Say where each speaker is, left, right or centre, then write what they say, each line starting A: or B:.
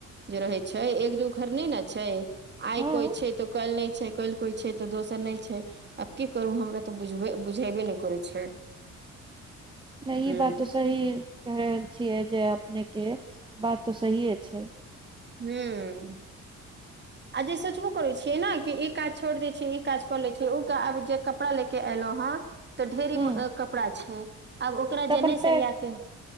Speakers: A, on the right; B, on the right.
A: जे रहै छै, एक दू घर नहि ने छै। आइ
B: हँ
A: कोइ छै, तो कल्हि नहि छै, कल कोइ छै, तऽ दोसर नहि छै। आब की करू हमरा तऽ बुझब बुझेबे नहि करै छै।
B: नहि
A: हूँ
B: ई बात तऽ सही कह रहल छियै, जे अपनेके बात तऽ सहिए छै।
A: हू। आजे सोचबो करैत छियै ने कि ई काज छोड़ि दै छियै ई काजकऽ लैत छै ओ आब जे कपड़ालेके एलहु हे। तऽ ढेरी
B: ह
A: कपड़ा छै, आब ओकरा
B: तऽ
A: जे
B: अपन
A: नहि
B: पैघ
A: सरियाके